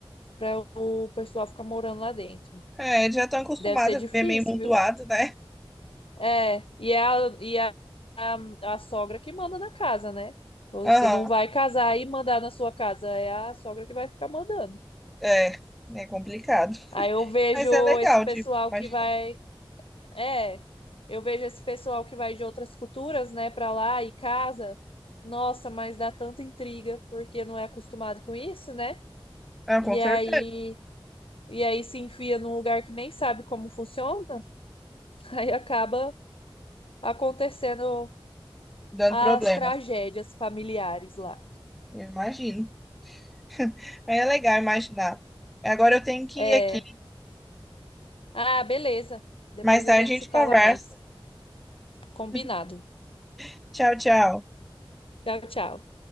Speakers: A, on the left; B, in the centre.
A: para o pessoal ficar morando lá dentro.
B: É, já estão acostumados
A: Deve ser
B: a
A: difícil,
B: viver meio montuado,
A: viu?
B: né?
A: É, e é a, e a, a, a sogra que manda na casa, né? Você
B: Aham,
A: não vai casar e mandar na sua casa, é a sogra que vai ficar mandando.
B: é. É complicado.
A: Aí eu vejo
B: Mas é legal,
A: esse pessoal
B: tipo, imaginar.
A: que vai, é, eu vejo esse pessoal que vai de outras culturas, né, para lá e casa. Nossa, mas dá tanta intriga porque não é acostumado com isso, né?
B: Ah,
A: E
B: com certeza.
A: aí, e aí se enfia num lugar que nem sabe como funciona, <laughs> aí acaba acontecendo
B: Dando
A: as
B: problema.
A: tragédias familiares lá.
B: Eu imagino. <laughs> É legal imaginar. Agora eu tenho que
A: É.
B: ir aqui.
A: Ah, beleza. Depois
B: Mais tarde
A: a gente
B: a gente
A: se fala
B: conversa.
A: mais. Combinado.
B: <laughs> Tchau, tchau.
A: Tchau, tchau.